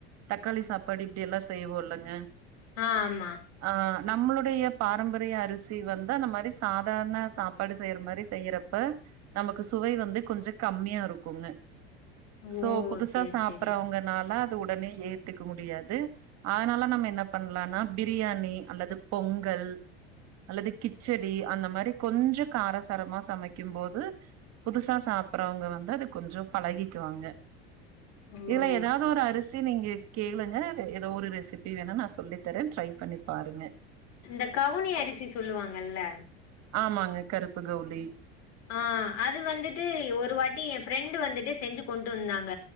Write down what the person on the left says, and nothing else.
ஆ ஆமா
ஓ
சேரி
சேரி
ஓ
ஓகே ஓகே
இந்த கவுனி அரிசி சொல்லுவாங்கல்ல
ஆ அது வந்துட்டு ஒரு வாட்டி எ ஃப்ரெண்டு வந்துட்டு செஞ்சு கொண்டு வந்தாங்க